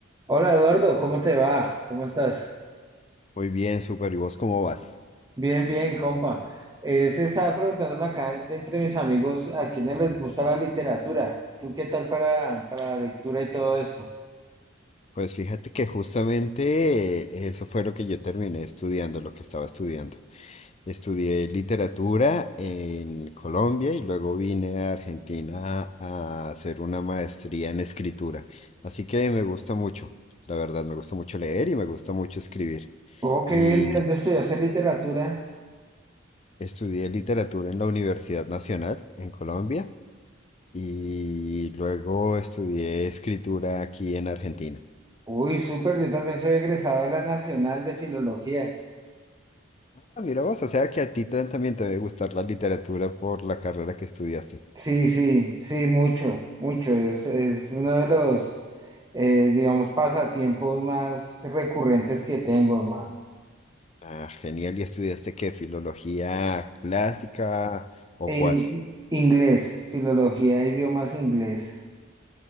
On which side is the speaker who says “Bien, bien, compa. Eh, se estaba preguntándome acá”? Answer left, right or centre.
Right